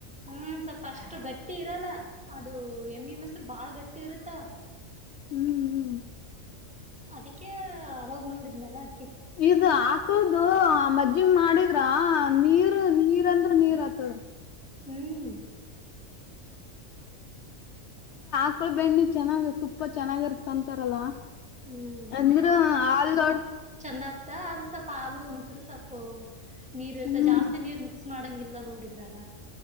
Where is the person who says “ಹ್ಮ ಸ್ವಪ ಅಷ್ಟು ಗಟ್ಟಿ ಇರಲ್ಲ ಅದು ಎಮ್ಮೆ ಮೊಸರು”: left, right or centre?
Centre